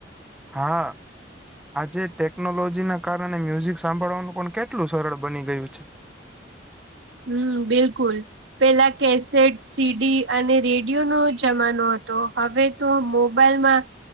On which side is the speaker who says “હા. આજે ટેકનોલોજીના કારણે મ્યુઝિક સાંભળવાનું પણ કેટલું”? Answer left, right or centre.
Centre